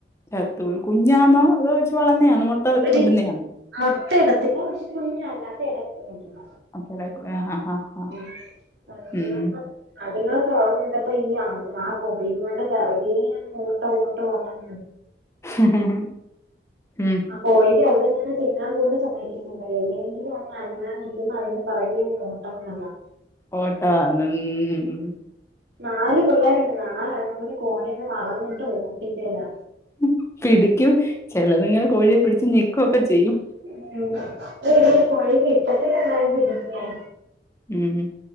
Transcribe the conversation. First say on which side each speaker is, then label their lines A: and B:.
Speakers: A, on the left; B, on the right.
A: ചത്തുപോയി കുഞ്ഞാന്നോ അതോ ച്ചി വളന്നേയാണോ മൊട്ട
B: ഒരു
A: ഇടുന്നേയാന്നോ
B: മൊട്ട ഇടത്തില്ല ക്ഷെ കുഞ്ഞല്ലാത്ത ടയ്ക്ക
A: <unintelligible> ആഹ് ആഹ് ആഹ്
B: ഉം <unintelligible>
A: ഉം
B: അതിങ്ങളെ തൊർന്നുവിട്ട പ്പ ഇയ്യ ആ കോഴിങ്ങൾടെ പെറാകീന്ന്‌ കൂട്ടോട്ടം ഓട്ടം
A: ഉം ഉം
B: കോഴിക്കെവ്ടെങ്കിലുംത്തിന്നാൻ പോലും സമയത്തിക്ക എവിടെയെങ്കിലൊന്നു ഒന്നനങ്ങാ നിൽക്കുമ്പ അതിന്പെറാകേ നിന്ന് <unintelligible>
A: ഒട്ടാവാ <unintelligible>
B: നാല് പിള്ളേരുണ്ട് നാലെണ്ണം കൂടികോഴീനെ വളന്നിട്ട് ഓടിക്കലാ
A: ഉം പിടിക്കും ചെലതുങ്ങള് കോഴിയെ പിടിച്ച് ഞ്ഞെക്കൊക്കെ ചെയ്യും
B: <unintelligible> കോഴി <unintelligible>
A: ഉം ഉം